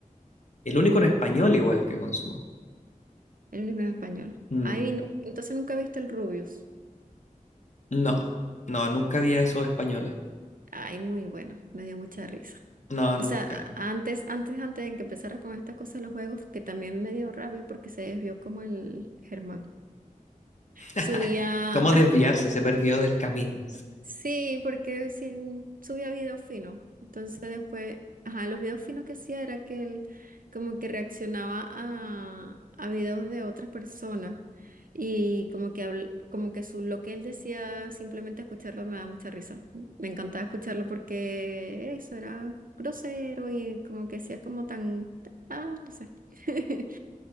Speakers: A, on the left; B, on the right.
A: El único en español igual que consumo.
B: el único en español.
A: Mm,
B: Ay, nu- entonces nunca viste el Rubius.
A: No, no, nunca había esos españoles.
B: Ay, muy bueno, me dio mucha risa.
A: No, nunca.
B: O sea, a- antes, antes, antes de que empezara con esta cosa de los juegos, que también me dio rabia porque se desvió como el Germán.
A: <laughs>
B: Subía
A: Ay, ¿cómo desviarse? Se perdió del camino.
B: Sí, porque sí subía videos finos. Entonces después, ajá, los videos finos que hacía era que él como que reaccionaba a, a videos de otras personas y como que habl- como que su, lo que él decía, simplemente escucharlo me da mucha risa. Me encantaba escucharlo porque eso era grosero y como que hacía como tan, ah, no sé. <laughs>